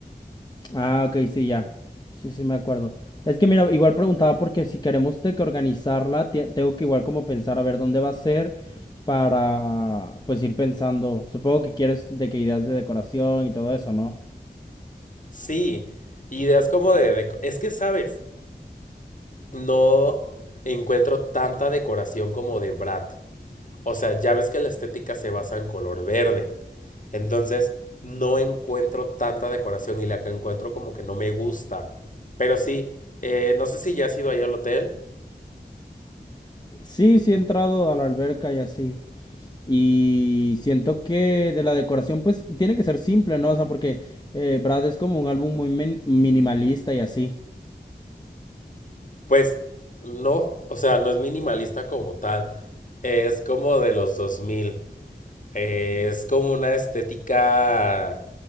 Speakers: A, on the left; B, on the left.
A: Ah, ok, sí, ya. Sí, sí, me acuerdo. Es que mira, igual preguntaba porque si queremos de que organizarla, tie- tengo que igual como pensar a ver dónde va a ser para pues ir pensando. Supongo que quieres de que ideas de decoración y todo eso, ¿no?
B: Sí, ideas como de... deco- es que, ¿sabes? No encuentro tanta decoración como de Brat. O sea, ya ves que la estética se basa en color verde. Entonces, no encuentro tanta decoración y la que encuentro como que no me gusta. Pero sí, eh, no sé si ya has ido ahí al hotel.
A: Sí, sí he entrado a la alberca y así. Y siento que de la decoración pues tiene que ser simple, ¿no? O sea, porque eh, Brad es como un álbum muy min- minimalista y así.
B: Pues no, o sea, no es minimalista como tal. Es como de los 2000. Eh, es como una estética...